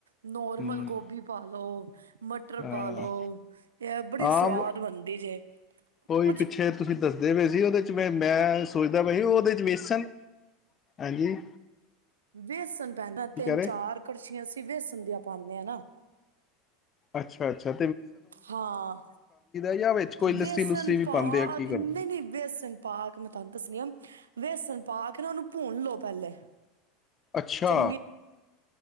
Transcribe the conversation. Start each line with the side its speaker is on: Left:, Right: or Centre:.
Right: ਨੋਰਮਲ
Left: ਹਮ
Right: ਗੋਭੀ ਪਾ ਲਉ। ਮਟਰ
Left: ਹਾਂ
Right: ਪਾਾਲੋ, ਇਹ ਬੜੀ
Left: ਆਮ
Right: ਸਵਾਦ ਬਣਦੀ ਜੇ
Left: ਉਹੀ
Right: ਕੁਛ
Left: ਪਿੱਛੇ ਤੁਸੀਂ ਦੱਸਦੇ ਹੋਏ ਸੀ, ਉਹਦੇ ਚ ਮੈਂ ਸੋਚਦਾ ਬਾਈ ਉਹ ਉਹਦੇ ਚ ਵੇਸਣ ਹਾਂਜੀ।
Right: ਵੇਸਣ ਪੈਂਦਾ ਤਿੰਨ
Left: ਕਹਿ ਰਹੇ
Right: ਚਾਰ ਕੜਛੀਆਂ ਅਸੀਂ ਵੇਸਣ ਦੀਆਂ ਪਾਉਂਦੇ ਹਾਂ ਨਾ
Left: ਅੱਛਾ ਅੱਛਾ
Right: ਹਾਂ
Left: ਜਾਂ ਵਿੱਚ ਕੋਈ ਲੱਸੀ-ਲੁੱਸੀ
Right: ਵੇਸਨ
Left: ਵੀ
Right: ਪਾ
Left: ਪਾਂਦੇ ਆ ਕੀ
Right: ਕੇ
Left: ਕਰਦੇ?
Right: ਨਹੀਂ ਨਹੀਂ ਵੇਸਨ ਪਾ ਕੇ ਮੈਂ ਤੁਹਾਨੂੰ ਦੱਸਣੀ ਆ ਵੇਸਣ ਪਾ ਕੇ ਨਾ ਉਹਨੂੰ ਭੂਨ ਲੋਓ ਪਹਿਲੇ
Left: ਅੱਛਾ
Right: ਚੰਗੀ